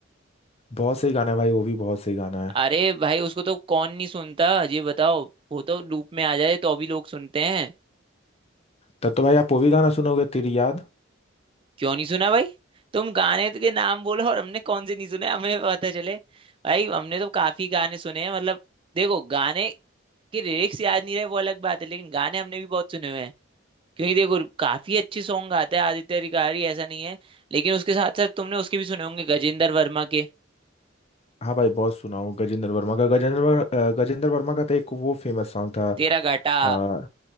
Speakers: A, on the left (about 30°); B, on the right (about 25°).
A: बहुत सही गाना है भाई वो भी बहुत सही गाना है
B: अरे भाई उसको तो कौन नहीं सुनता ये बताओ वो तो लूप में आ जाए तो अभी लोग सुनते हैं
A: तब तो भाई आप वो भी गाना सुनोगे तेरी याद
B: क्यों नहीं सुना भाई तुम गाने के नाम बोलो और हमने कौन से नहीं सुने हमें पता चले भाई हमने तो काफी गाने सुने हैं मतलब देखो गाने के लिरिक्स याद नहीं रहे वो अलग बात है लेकिन गाने हमने भी बहुत सुने हुए हैं क्योंकि देखो काफी अच्छे सॉन्ग गाता है आदित्य अधिकारी ऐसा नहीं है लेकिन उसके साथ साथ तुमने उसके भी सुने होंगे गजेंद्र वर्मा के
A: हाँ भाई बहुत सुना हूँ गजेंद्र वर्मा का गजेंद्र वर- अ, गजेंद्र वर्मा का तो एक वो फेमस सॉन्ग था
B: तेरा घाटा
A: अ,